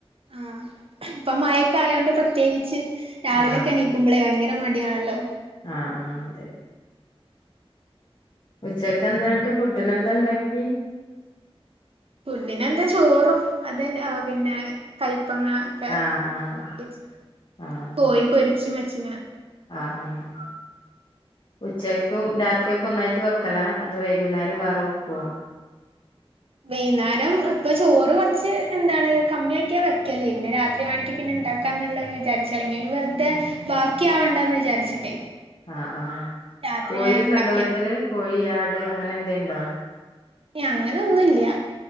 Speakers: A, on the right; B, on the left.
A: ആഹ് ഇപ്പം മഴൊക്കെ ആയൊണ്ട് പ്രത്യേകിച്ച് രാവിലൊക്കെ
B: ആഹ്
A: എണീ കുമ്പളെ ഭയങ്കര മടിയാണല്ലോ.
B: ആഹ് ആഹ് അതെ ഉച്ചക്കെന്താ <unintelligible> ഫുഡിനെന്താണ്ടാക്കി
A: ഫുഡിനെന്താ ചോറും അതൻ പിന്നെ കൈപ്പങ്ങ ക്കെ
B: ആഹ് ആഹ്
A: ഇതാകിയേച്ണ്
B: ആഹ്
A: കോഴി പൊരിച്ചും വെച്ച്ക്ക്ണ്
B: ആഹ് ആഹ് ഉച്ചക്കും രാത്രിയൊക്കെ ഒന്നായിട്ട് വെക്കലാ അതോ വൈകുന്നേരം വേറെ വെക്കോ
A: വൈന്നാരം ഇപ്പൊ ചോറ് കൊർച്ച് എന്താണ് കമ്മിയാക്കി വെക്കല് പിന്നെ രാത്രി വേണങ്കി പിന്നെ ഇണ്ടാക്കാ ന്നുള്ളത് വിചാരിച്ചാലേ ഇഞ് പിന്നെ വെർതെ ബാക്കിയാവണ്ടാന്ന് വിചാരിച്ചിട്ടേ.
B: ആഹ് ആഹ്
A: രാത്രി
B: കോയിയൊക്കെ
A: വേറെ ഇണ്ടാക്കിയ
B: ഉണ്ടോ വീട്ടില് കോഴി, ആട്, അങ്ങനെ എന്തേംണ്ടോ
A: ഏഹ് അങ്ങനെ ഒന്നുല്ല്യ